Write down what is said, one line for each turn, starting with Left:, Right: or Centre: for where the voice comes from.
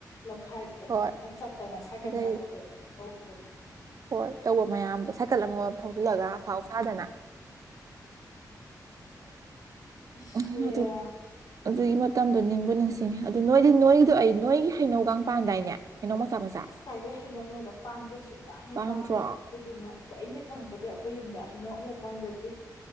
Left: ꯂꯧꯈꯥꯏ ꯀꯩꯅꯣ
Right: ꯍꯣꯏ
Left: ꯌꯥꯝ ꯆꯠꯇꯅ ꯁꯥꯏꯀꯜꯒ
Right: ꯑꯗꯩ
Left: ꯊꯧꯗꯣꯛꯅꯦ ꯍꯧꯈꯤꯕꯅꯤ
Right: ꯍꯣꯏ ꯇꯧꯕ ꯃꯌꯥꯝꯗꯣ ꯁꯥꯏꯀꯜ ꯑꯃꯃꯝ ꯊꯧꯖꯤꯜꯂꯒ ꯑꯐꯥꯎ ꯁꯥꯥꯗꯅ <inaudible>
Left: ꯏꯁ
Right: ꯎꯝ ꯑꯗꯨ ꯑꯗꯨꯒꯤ ꯃꯇꯝꯗꯣ ꯅꯤꯡꯕꯨ ꯅꯤꯡꯁꯤꯡꯉꯤ ꯑꯗꯨ ꯅꯣꯏꯗꯤ ꯅꯣꯏꯒꯤꯗꯣ ꯑꯩ ꯅꯣꯏꯒꯤ ꯍꯩꯅꯧꯒ ꯄꯥꯟꯗꯥꯏꯅꯦ ꯀꯩꯅꯣ ꯃꯆꯥ ꯃꯆꯥ
Left: ꯑꯁ ꯀꯥꯏꯗꯦ ꯍꯩꯅꯧꯅꯣꯗ ꯄꯥꯟꯗꯦ ꯁꯨ ꯄꯥꯟꯅꯤ
Right: ꯄꯥꯟꯗ꯭ꯔꯣ
Left: ꯄꯥꯟꯗꯦ ꯑꯩꯈꯣꯏꯗꯨꯃ ꯑꯩꯈꯣꯏ ꯑ ꯍ ꯈꯪꯉꯛꯄꯗꯤ ꯑꯩꯈꯣꯏ ꯌꯨꯝꯗ ꯍꯩꯅꯧ ꯑꯃꯐꯥꯎ ꯄꯥꯟꯖꯗ꯭ꯔꯤ